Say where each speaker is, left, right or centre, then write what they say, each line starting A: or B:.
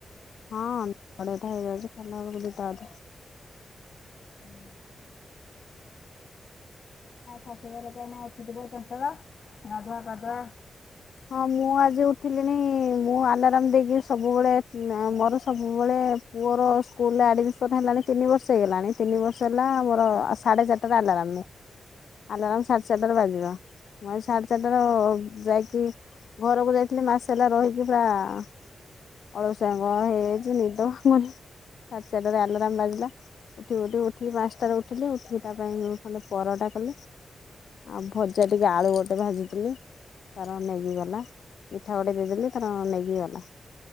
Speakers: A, on the left (about 80°); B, on the left (about 60°).
A: ହଁ ବଡେଇଟା ହେଇଯାଉଛି ଖାଲି ବେଳକୁ ଦିଟାଧେ
B: <inaudible> ଶଶୁ ଘାର ଅଛି ପସଳ ଗାଧୁଆ ପାଧୁଆ
A: ହଁ ମୁଁ ଆଜି ଉଠିଲିଣି ମୁଁ ଆଲାର୍ମ ଦେଇକି ସବୁବେଳେ ମୋର ସବୁବେଳେ ପୁଅର ସ୍କୁଲରେ ଆଡ଼ମି ହେଲାଣି ତିନି ବର୍ଷ ହେଇଗଲାଣି ତିନି ବର୍ଷ ହେଲା ଆୋର ଆ ସାଢେ ଚାରିଟା ଆଲା ମୁଁ ଆଲାରମ୍ ସାଢେ ସାତଟାରେ ବାଜିବ ମ ସାଢ଼େ ଚାତଟାରେ ଯାଇକି ଘରକୁ ଯାଇଥିଲି ମାସେ ହେଲା ରହିକି ପୁରା ଅଳସଆଙ୍ଗ ହେଇ ଜ ନିଦୁଣି ସେରେ ଆଲରାମ ବାଜିଲା। ଉଠିବୁ ଉଠିବୁ ଉଠିକି ପାଞ୍ଚଟାରେ ଉଠିଲି ଉଠିକି ତା ପାଇଁ ମୁଁ ଖଣ୍ଡେ ପରଟା କଲି। ଆଉ ଭଜା ଟିକେ ଆଳୁ ଗୋଟେ ଭାଜିଥିଲି ତାର ନେ ନେଇ ଗଲା ମିଠା ଗୋଟେ ଦେଇଦେଲି ତାର ନେଇକି ଗଲା।